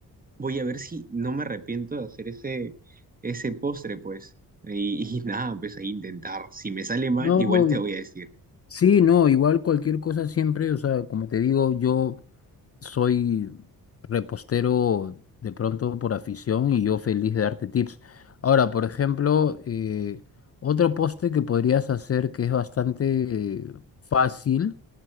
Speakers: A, on the right; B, on the left.
A: voy a ver si no me arrepiento de hacer ese, ese postre, pues. Y, y nada, pues a intentar. Si me sale mal,
B: No,
A: igual te voy a decir.
B: Sí, no, igual cualquier cosa siempre, o sea, como te digo, yo soy repostero de pronto por afición y yo feliz de darte tips. Ahora, por ejemplo, eh, otro poste que podrías hacer que es bastante eh, fácil,